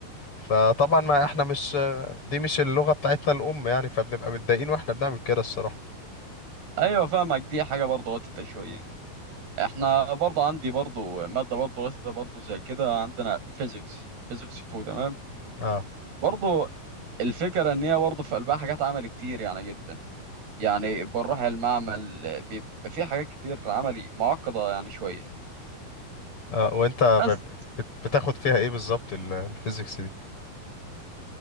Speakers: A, on the left (about 35°); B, on the right (about 80°).
A: فطبعا ما احنا مش دي مش اللغة بتاعتنا الام يعني فبنبقى متضايقين واحنا بنعمل كده الصراحة
B: ايوه فاهمك دي حاجه برضه وقتها شويه احنا برضه عندي برضه ماده برضه وقتها برضه زي كده عندنا فيزيكس فيزيكس 2 تمام
A: آه.
B: برضه الفكره ان هي برضه في قلبها حاجات عمل كتير يعني جدا يعني بنروح المعمل بيبقى فيه حاجات كتير عملي معقدة يعني شوية
A: اه وانت ب-
B: بس
A: بت- بتاخد فيها ايه بالظبط ال- الفيزيكس دي